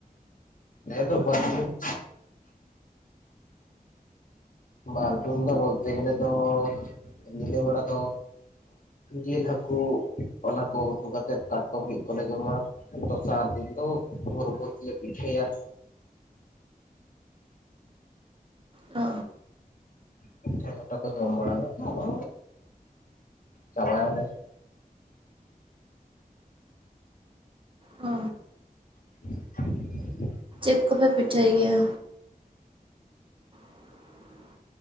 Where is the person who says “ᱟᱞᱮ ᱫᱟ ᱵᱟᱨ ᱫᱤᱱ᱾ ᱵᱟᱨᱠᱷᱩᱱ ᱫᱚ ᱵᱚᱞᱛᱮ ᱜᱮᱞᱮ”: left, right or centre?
Left